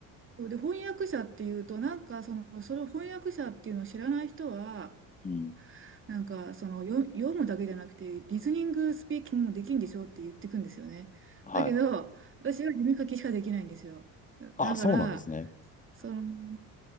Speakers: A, on the right (about 30°); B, on the left (about 20°).
A: そうで、翻訳者っていうと、なんかその、それを翻訳者っていうのを知らない人は、
B: うん。
A: なんかその読、読むだけじゃなくて、リスニングスピーキングもできるんでしょって言ってくんですよね。
B: はい。
A: だけど、私は読み書きしかできないんですよ。
B: あ、
A: だから、
B: そうなんですね。
A: その、聞